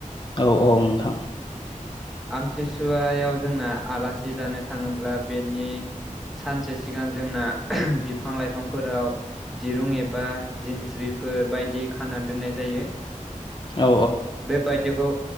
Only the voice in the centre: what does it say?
आमथिसुवायाव जोंना आलासि जानो थाङोब्ला बेनि सानसे सिगां जोंना बिफां लाइफांफोराव दिरुं एबा जिनस्रिफोर बायदि खाना दोननाय जायो।
बे बायदिखौ